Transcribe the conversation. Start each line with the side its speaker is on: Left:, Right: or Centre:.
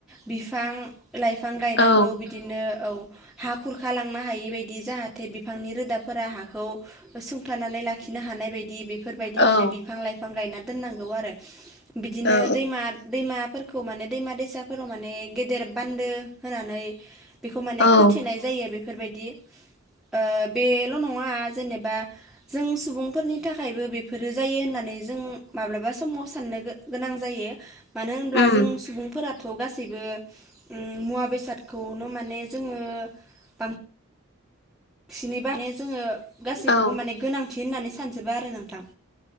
Centre: बिफां लाइफां गायनांगौ
Left: औ
Centre: बिदिनो औ हा खुरखालांनो हायि बदि जाहाथे बिफांनि रोदाफोरा हाखौ सुंथानानै लाखिनो हानाय बायदि बेफोरबायदि
Left: औ
Centre: माने बिफां लाइफां गायना दोनांगौ आरो बिदिनो
Left: औ
Centre: दैमा‌ दैमाफोर खौ माने दैमा दैसाफोराव माने गेदेर बान्दो होनानै बेखौ माने
Left: औ
Centre: खोथेनाय जायो बेफोरबायदि ओ बेल' नङा जेनेबा जों सुबुंफोरनि थाखायबो बेफोरो जायो होननानै जों माब्लाबा समाव सानना नो गोनां जायो मानो होनब्ला
Left: उम
Centre: जों सुबुंफोरा थ' गासैबो ओम मुवा बेसादखौनो माने जोङो बां सिनै बानाय जोङो गासैखौबो
Left: औ
Centre: माने गोनांथि होननानै सानजोबो आरो नोंथां